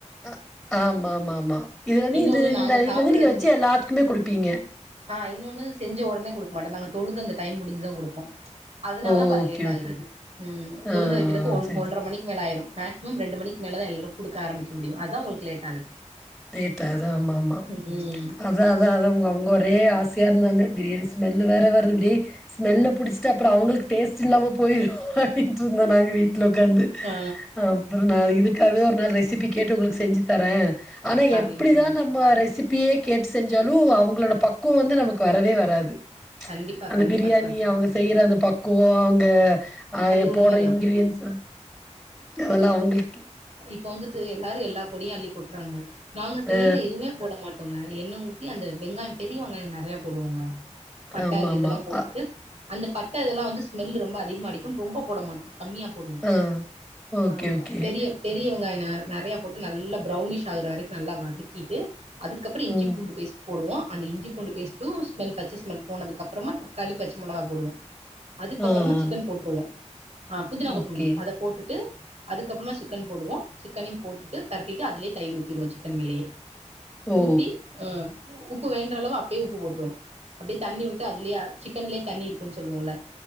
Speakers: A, in the centre; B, on the right.
A: அ ஆமா ஆமா ஆமா இது வந்து
B: இன்னொன்னு
A: இது இந்த
B: நாங்க
A: இதுக்கு
B: சாப்புட்றதுக்கு
A: வந்து நீங்க வெச்சு எல்லாத்துக்குமே குடுப்பீங்க.
B: ஆ இன்னொன்னு செஞ்ச உடனே குடுக்க மாட்டோ நாங்க தொழுது அந்த டைம் முடுஞ்சு தா குடுப்போ அதுனாலதா
A: ஓ!
B: பாதி லேட்
A: ஓகே
B: ஆகுரது.
A: ஓகே
B: ம் தொழுது
A: ஆ
B: வெக்கிறதுக்கு ஒன்
A: சரி
B: ஒன்றரை மணிக்கு மேல ஆயிரோ. மேக்சி ம் ரெண்டு மணிக்கு மேலதா எல்லா குடுக்க ஆரம்பிக்கும் முடியும் அதா உங்களுக்கு லேட் ஆகுது.
A: <unintelligible> அது ஆம்மா ஆம்மா
B: ம்
A: அத அதான் அவுங்க அவுங்க ஒரே ஆச யா இருந்தாங்க பிரியாணி ஸ்மெல்லு வேற வருதுடி. ஸ்மெல்ல புடிச்சிட்டு அப்பறோ அவுங்களுக்கு டேஸ்ட்ல்லாம போயிரும் அப்டின்ட்டு இருந்தோ நாங்க வீட் டுல உடக்காந்து
B: ஆ
A: அப்புறோ நா இதுக்காவே ஒரு நாள் ரெசிபி கேட்டு உங்களுக்கு செஞ்சு தரே ஆனா
B: அப்டின்னு
A: எப்புடிதா
B: சொன்னாங்க
A: நம்ம ரெ--ரெ சிப்பியே கேட்டு செஞ்சாலும், அவுங்களோட பக்குவோ வந்து நமக்கு வரவே வராது.
B: கண்டிப்பா
A: அந்த
B: கண்டிப்பா
A: பிரியாணி
B: பா
A: அவுங்க செய்யுற அந்த பக் குவாங்க ஆ
B: அது உண்மதா
A: போடுற இன்கிரீடியன்ஸ், அதெல்லா அவுங்களுக்
B: இப்போ வந்துட்டு எல்லாரும் எல்லா பொடியும் அள்ளிப் போட்டுறாங்க. நாங்க செய்ல
A: ஆ
B: எதுமே போட மாட் டோங்க எண்ணெ ஊத்தி அந்த வெங்காயம் பெரிய வெங்காயோ நெறையா போடுவோங்க. பட்ட
A: ஆமா
B: அந்த இதெல்லா
A: ஆமா
B: போட்டுட்டு
A: அ,
B: அந்த பட்டை இதெல்லா வந்து ஸ்மெல் ரொம்ப அதிகமா அடிக் ரொம்ப போடமாட்டோ கம்மியா போடுனு
A: ஆ ஓகே
B: ஆ
A: ஓகே
B: பெரிய பெரிய வெங் காயோ நெ நெறையா போட்டு நல்லா ஃபிரவுனிஸ் ஆகுற வரைக்கு நல்லா வதக்கீட்டு அதுக்கப்பறோ இஞ்சி
A: ம்
B: பூண்டு பேஸ்ட் போடுவோ அந்த இஞ்சி பூண்டு பேஸ்ட்டு ஸ்மெல் பச்ச ஸ்மெல் போனதுக்கு அப்றமா தக்காளி பச்ச மொளகா போடுவோ அதுக்கப்றமா
A: ஆ ஆ
B: சிக்கன் வா ஆஹ் புதினா கொத்தமல்லி
A: ஓகே
B: அத போட்டுட்டு அதுக்கப்றமா சிக்கன் போடுவோ சிக்கனையு போட்டுட்டு பெரட்டிட்டு அதுலயே தயிர் ஊத்திருவோ சிக்கன் மேலயே
A: ஓ
B: ஊத்தி ஆஹ் உப்பு வேன்றளவு அப்பயே உப்பு போட்ருவோ அப்டே தண்ணி விட்டு அதுலே ஆஹ் சிக்கன்லே தண்ணி இருக்குன் சொல்லுவோல